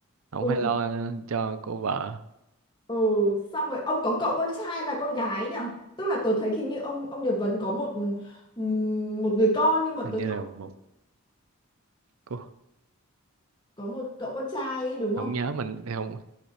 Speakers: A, on the right; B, on the left.
A: ông
B: ừ,
A: phải lo cho cô vợ
B: ừ. xong rồi ông có cậu con trai là con gái ấy nhở tức là tớ thấy hình như ông ông Điệp Vấn có một ừm, một người con nhưng mà tớ
A: hình như là
B: không
A: một cô
B: có một cậu con trai ấy, đúng
A: không
B: không
A: nhớ mình không